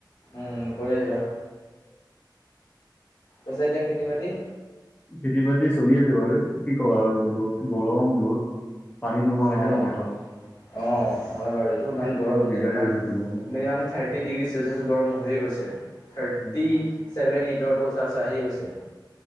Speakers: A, on the left; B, on the left.
A: উম কৰি আহিবা কৈছে এতিয়া খেতি বাতি
B: খেতি বাতি চলি আছে বাৰু কি ক আৰু ৰ'দ গৰম ৰ'দ <unintelligible>
A: অঁ অঁ হয় বাৰু এইটো ইমান
B: খেতিত
A: গৰম
B: অলপ
A: এতিয়া
B: দিগদাৰি
A: তোমাৰ
B: হৈছে কৰিব মানে
A: মিনিমাম থাৰ্টি ডিগ্ৰী চেলচিয়াছ গৰম হৈয়ে গৈছে থাৰ্টি
B: উম,
A: ছেভেন ইটৰটো চাৰ্জ আহি গৈছে